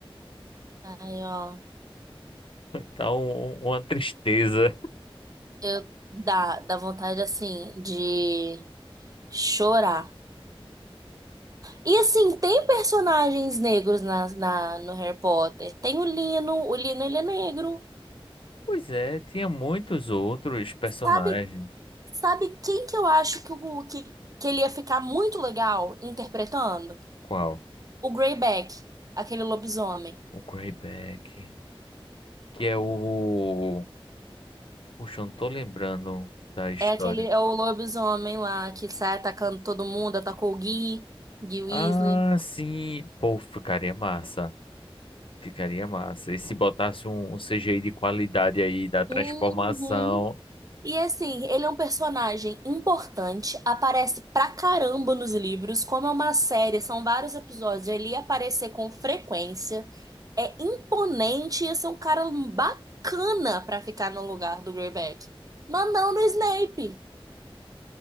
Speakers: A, on the right (about 40°); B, on the left (about 65°).
A: Aí, ó.
B: Tá um- uma tristeza.
A: Eu dá, dá vontade, assim, de chorar. E, assim, tem personagens negros na, na, no Harry Potter. Tem o Lino. O Lino, ele é negro.
B: Pois é, tinha muitos outros personagens.
A: Sabe, sabe quem que eu acho que, o, que, que ele ia ficar muito legal interpretando?
B: Qual?
A: O Greyback, aquele lobisomem.
B: O Greyback, que é o... Puxa, eu não tô lembrando da história.
A: É aquele, é o lobisomem lá que sai atacando todo mundo, atacou o Gui, Gui Weasley.
B: Ah, sim. Pô, ficaria massa. Ficaria massa. E se botasse um, um CGI de qualidade aí da transformação?
A: Uhum. E assim, ele é um personagem importante, aparece pra caramba nos livros, como é uma série, são vários episódios, ele ia aparecer com frequência, é imponente, ia ser um cara bacana pra ficar no lugar do Greyback. Mas não no Snape,